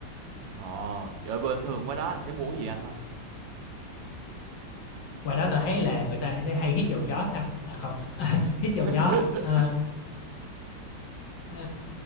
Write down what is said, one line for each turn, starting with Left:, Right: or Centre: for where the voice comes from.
Right: ờ trời bơ thường qua đó anh sẽ mua cái gì anh ha
Left: ngoài đó tao thấy là người ta sẽ hay hít dầu gió xăng à không <laughs> hít
Right: <laughs>
Left: dầu gió ờ, Ờ,